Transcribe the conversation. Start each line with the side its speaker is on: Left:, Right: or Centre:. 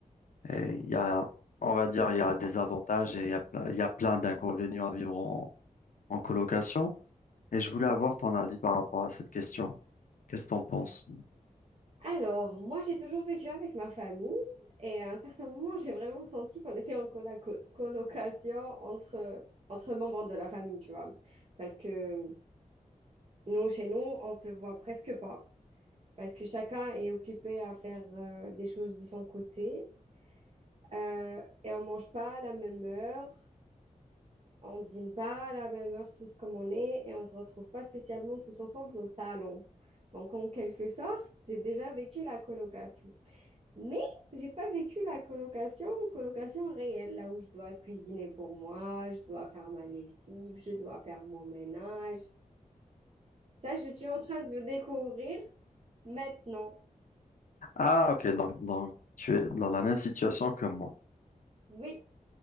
Left: et il y a, on va dire, il y a des avantages et il y a, ple- il y a plein d'inconvénients à vivre en, en colocation. Et je voulais avoir ton avis par rapport à cette question. Qu'est-ce que t'en penses?
Right: Alors, moi, j'ai toujours vécu avec ma famille et à un certain moment, j'ai vraiment senti qu'on était en colla- co- colocation entre, entre membres de la famille, tu vois. Parce que nous, chez nous, on se voit presque pas parce que chacun est occupé à faire euh, des choses de son côté Euh, et on mange pas à la même heure, on dîne pas à la même heure tous comme on est et on se retrouve pas spécialement tous ensemble au salon. Donc, en quelque sorte, j'ai déjà vécu la colocation. Mais j'ai pas vécu la colocation, colocation réelle, là où je dois cuisiner pour moi, je dois faire ma lessive, je dois faire mon ménage. Ça, je suis en train de le découvrir maintenant.
Left: Ah ok, donc, donc tu es dans la même situation que moi.
Right: Oui,